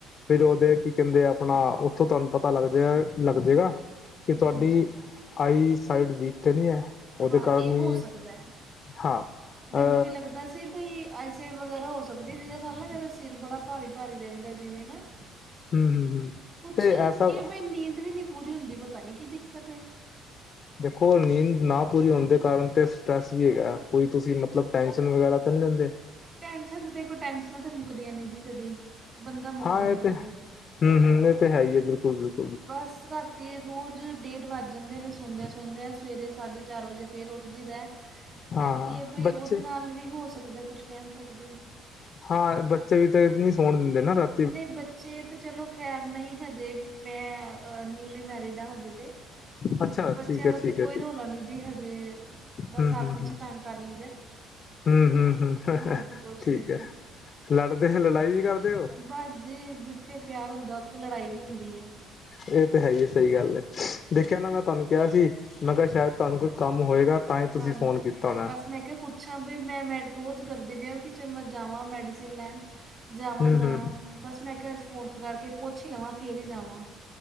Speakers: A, on the left (about 50°); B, on the right (about 45°).
A: ਫਿਰ ਉਹਦੇ ਕੀ ਕਹਿੰਦੇ ਆਪਣਾ ਉੱਥੋਂ ਤੁਹਾਨੂੰ ਪਤਾ ਲੱਗਜੇ ਗਾ, ਲੱਗਜੇ ਗਾ। ਕਿ ਤੁਹਾਡੀ
B: ਹਾਂਜੀ
A: ਆਈ, ਸਾਈਡ ਵੀਕ ਤੇ ਨੀ ਐ। ਉਹਦੇ
B: ਹਾਂ
A: ਕਾਰਨ
B: ਇਹ
A: ਵੀ,
B: ਹੋ ਸਕਦਾ ਹੈ
A: ਹਾਂ। ਅ
B: ਮੈਨੂੰ ਵੀ ਲੱਗਦਾ ਸੀ, ਬਈ ਆਈ ਸਾਈਡ ਵਗੈਰਾ ਹੋ ਸਕਦਾ ਵੀ ਜਿਹਦੇ ਨਾਲ ਨਾ, ਮੇਰਾ ਸਿਰ ਬੜਾ ਭਾਰੀ-ਭਾਰੀ ਰਹਿੰਦਾ ਜਿਵੇਂ ਨਾ
A: ਹਮ ਹਮ ਹਮ
B: ਕੁਛ
A: ਤੇ ਐਸਾ
B: ਕੀਐ ਬਈ ਨੀਂਦ ਵੀ ਨਹੀਂ ਪੂਰੀ ਹੁੰਦੀ ਪਤਾ ਨੀ ਕੀ ਦਿੱਕਤ ਐ।
A: ਦੇਖੋ ਨੀਂਦ ਨਾ ਪੂਰੀ ਹੋਣ ਦੇ ਕਾਰਨ ਤੇ ਸਟੈਰਸ ਵੀ ਹੈਗਾ। ਕੋਈ ਤੁਸੀਂ ਮਤਲਬ ਟੈਂਸ਼ਨ ਵਗੈਰਾ ਤਾਂ ਨਹੀਂ ਲੈਂਦੇ।
B: ਟੈਂਨਸ਼ਨ ਤਾਂ ਦੇਖੋ, ਟੈਂਸ਼ਨਾਂ ਤਾਂ ਮੁੱਕਦੀਆਂ ਨੀ ਜੀ ਕਦੀ। ਬੰਦਾ ਮੁੱਕ
A: ਹਾਂ
B: ਜਾਂਦਾ
A: ਇਹ ਤੇ
B: ਜੇ
A: ਹੂੰ-ਹੂੰ ਇਹ ਤੇ ਹੈ ਈ ਏ, ਬਿਲਕੁਲ-ਬਿਲਕੁਲ।
B: ਬਸ ਰਾਤੀਂ ਤੇ ਰੋਜ਼ ਡੇਢ ਵੱਜ ਜਾਂਦੇ ਨੇ ਸੌਦਿਆਂ-ਸੌਦਿਆਂ, ਸਵੇਰੇ ਸਾਢੇ ਚਾਰ ਵਜੇ ਫਿਰ ਉੱਠ ਜੀਦਾ।
A: ਹਾਂ
B: ਤੇ ਕੀ
A: ਹਾਂ
B: ਐ ਬਈ,
A: ਬੱਚੇ
B: ਉਹਦੇ ਨਾਲ ਵੀ ਹੋ ਸਕਦਾ ਕੁਛ ਕਹਿ ਨਹੀਂ ਸਕਦੇ।
A: ਹਾਂ ਬੱਚੇ ਵੀ ਤੇ ਨੀ ਸੌਣ ਦਿੰਦੇ ਨਾ ਰਾਤੀਂ
B: ਨਹੀਂ ਬੱਚੇ ਤਾਂ ਚਲੋ ਖੈਰ, ਨਹੀਂ ਹਜੇ ਮੈਂ ਨਿਊਲੀ ਮੈਰਿਡ ਆਂ ਹਜੇ। ਤੇ
A: ਅੱਛਾ
B: ਬੱਚਿਆਂ
A: ਠੀਕ ਹੈ
B: ਦਾ
A: ਠੀਕ
B: ਤਾਂ ਕੋਈ
A: ਹੈ ਠੀਕ
B: ਰੌਲਾ ਨੀ ਜੀ ਹਜੇ। ਬਸ
A: ਹੂੰ ਹੂੰ
B: ਆਪਸ
A: ਹੂੰ
B: 'ਚ ਤੰਗ ਕਰ ਲਈਦਾ।
A: ਹੂੰ ਹੂੰ ਹੂੰ
B: ਹੋਰ ਤੇ ਕੁਛ
A: ਠੀਕ
B: ਨੀ
A: ਹੈ
B: ਜੀ।
A: ਲੜਦੇ ਹੈਂ, ਲੜਾਈ ਵੀ ਕਰਦੇ ਹੋ
B: ਬਸ ਜੀ ਜਿੱਥੇ ਪਿਆਰ ਹੁੰਦਾ, ਉੱਥੇ ਲੜਾਈ ਵੀ ਹੁੰਦੀ ਏ।
A: ਇਹ ਤੇ ਹੈ ਈ ਏ, ਸਹੀ ਗੱਲ ਐ, ਦੇਖਿਆ ਨਾ ਮੈਂ ਤੁਹਾਨੂੰ ਕਿਹਾ ਸੀ ਮੈਂ ਕਿਹਾ, ਸ਼ਾਇਦ ਤੁਹਾਨੂੰ ਕੋਈ ਕੰਮ ਹੋਏਗਾ ਤਾਂ ਹੀ ਤੁਸੀਂ
B: ਹਾਂਜੀ,
A: ਫੋਨ ਕੀਤਾ ਹੋਣਾ
B: ਬਸ ਮੈਂ ਕਿਹਾ ਪੁੱਛ ਪੁੱਛਾਂ ਬ‌ਈ, ਮੈਂ ਮੇਡੀ ਰੋਜ਼ ਕਰ ਦਿੰਨੀ ਆ ਵੀ, ਕਿ ਚਲ੍ਹ ਜਾਵਾਂ ਮੈਡੀਸਨ ਲੈਣ। ਜਾਵਾਂ-ਜਾਵਾਂ,
A: ਹੂੰ ਹੂੰ
B: ਬਸ ਮੈਂ ਕਿਹਾ ਅੱਜ ਫੋਨ ਕਰਕੇ ਪੁੱਛ ਹੀ ਲਵਾਂ, ਫਿਰ ਈ ਜਾਵਾਂ।